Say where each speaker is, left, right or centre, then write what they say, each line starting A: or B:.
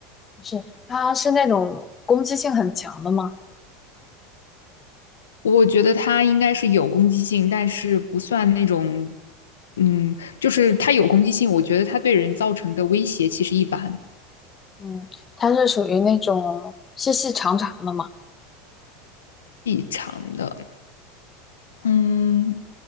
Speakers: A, on the left (about 30°); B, on the left (about 85°).
A: 是它是那种攻击性很强的吗？
B: 我觉得它应该是有攻击性，但是不算那种，嗯，就是它有攻击性，我觉得它对人造成的威胁其实一般，
A: 嗯，它是属于那种细细长长的嘛。
B: 细长的，嗯，